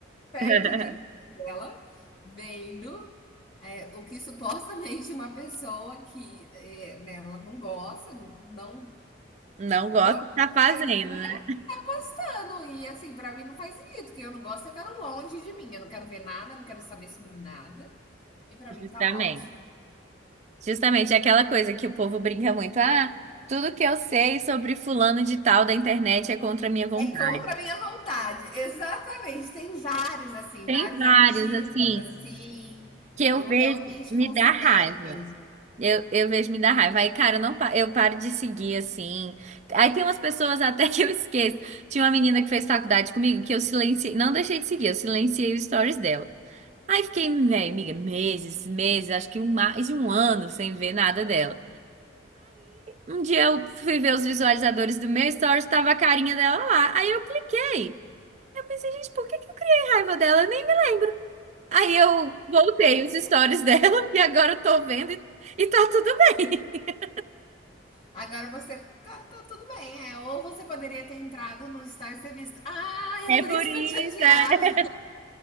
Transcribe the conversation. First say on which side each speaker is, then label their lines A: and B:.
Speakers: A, on the left; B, on the right.
A: perde
B: <laughs>
A: o dia inteiro dela, vendo é, o que supostamente uma pessoa que é, né, ela não gosta, não, não,
B: Não gosto
A: não
B: de tá fazendo,
A: queria,
B: né?
A: tá postando. E assim, pra mim não faz sentido, que eu não gosto, eu quero longe de mim, eu não quero ver nada, não quero saber sobre nada. E para
B: Justamente.
A: mim tá ótimo.
B: Justamente é aquela coisa que o povo brinca muito. Ah, tudo que eu sei sobre fulano de tal da internet é contra a minha vontade.
A: É contra a minha vontade. Exatamente. Tem vários, assim,
B: Tem
A: vários
B: vários,
A: artistas,
B: assim.
A: assim.
B: que eu
A: Eu
B: vejo
A: realmente
B: me
A: considero
B: dá raiva.
A: mesmo.
B: Eu, eu vejo me dá raiva. Aí, cara, eu não, pa- eu paro de seguir assim. Aí tem umas pessoas até <laughs> que eu esqueço. Tinha uma menina que fez faculdade comigo que eu silenciei, não deixei de seguir, eu silenciei os stories dela. Aí fiquei, velho, amiga, meses, meses, acho que um, mais de um ano sem ver nada dela. Um dia eu fui ver os visualizadores do meu stories, tava a carinha dela lá. Aí eu cliquei. Eu pensei, gente, por que que eu criei raiva dela? Eu nem me lembro. Aí eu voltei
A: Entende?
B: os stories dela <laughs> e agora eu tô vendo e, e tá tudo bem. <laughs>
A: Agora você tá, tá tudo bem, é. Ou você poderia ter entrado no Stories e ter visto. Ah, é
B: É
A: por
B: por
A: isso
B: isso,
A: que eu te odiava.
B: é.